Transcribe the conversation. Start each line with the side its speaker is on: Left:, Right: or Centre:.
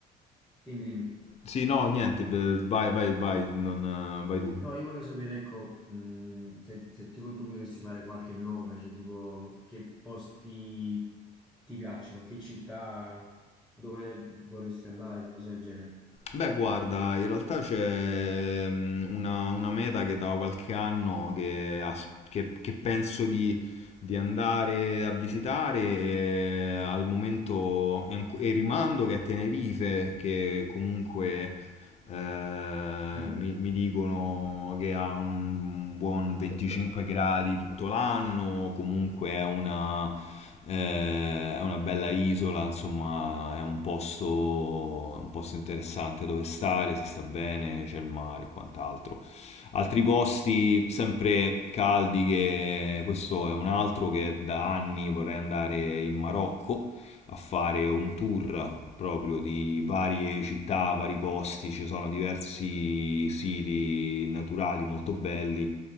Centre: dimmi, dimmi.
Left: Sì, no, niente, beh, vai, vai, vai, non, eh, vai tu.
Centre: No, io volevo sapere, ecco, mh, se, se tipo tu mi dovessi fare qualche nome, cioè tipo che posti ti piacciono, che città, dove vorresti andare, cose del genere.
Left: Beh, guarda, in realtà c'è mm, una, una meta che da qualche anno che, as- che- che penso di, di andare a visitare e al momento e anco- e rimando che è Tenerife, che comunque eh,
Centre: Mm.
Left: mi, mi dicono che ha un buon 25 gradi tutto l'anno, comunque è una, eh, è una bella isola, insomma, è un posto, un posto interessante dove stare, si sta bene, c'è il mare e quant'altro. Altri posti sempre caldi, che questo è un altro che da anni vorrei andare in Marocco a fare un tour proprio di varie città, vari posti, ci sono diversi siti naturali molto belli,